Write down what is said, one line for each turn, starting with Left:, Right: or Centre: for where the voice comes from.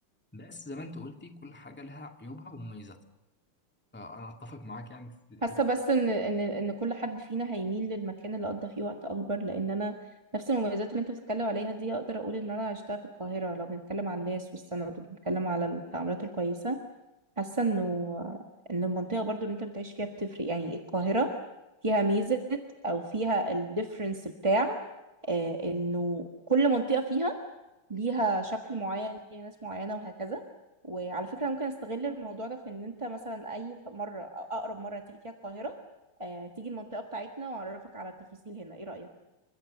Centre: بس زي ما انت قلتي كل حاجه لها عيوبها ومميزاتها آه، انا اتفق معاك يعني في الحته
Right: حاسة بس
Centre: دي.
Right: ان ان ان كل حد فينا هيميل للمكان اللي قضى فيه وقت اكبر لان انا نفس المميزات اللي انت بتتكلم عليها دي اقدر اقول ان انا عشتها في القاهرة لو بنتكلم عن الناس والسند وبنتكلم على التعاملات الكويسة حاسة انه ان المنطقة برضو اللي انت بتعيش فيها بتفرق يعني القاهرة فيها ميزة او فيها الديفرنس بتاع آه، انه كل منطقة فيها ليها شكل معين ليها ناس معينة وهكذا وعلى فكرة ممكن استغل الموضوع ده في ان انت مثلا اي مرة او اقرب مرة تيجي فيها القاهرة آه، تيجي المنطقة بتاعتنا واعرفك على التفاصيل هنا ايه رأيك